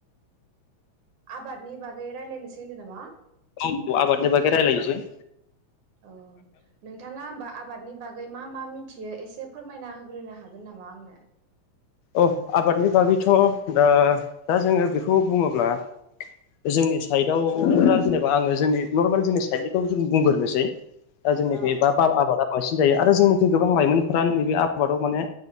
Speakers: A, on the right (about 80°); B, on the left (about 70°).
A: आबादनि बागै रायलायनोसै होनदों नामा?
B: औ आबादनि बागै रायलायनोसै।
A: अ नोंथाङा होमबा आबादनि बा गै मा मा मिथियो एसे फोरमायना होग्रोनो हागोन नामा आंनो?
B: अ आबादनि बागैथ' दा दा जोङो बेखौ बुङोब्ला जोंनि साइदआव दा जेनेबा आङो जोंनि नरमेल जोंनि साइडनिखौ जों बुंग्रोनोसै। दा जोंनि
A: औ
B: बा आबादा बांसिन जायो आरो जोंनिखि गोबां लाइमोनफोरा नैबे आबादाव माने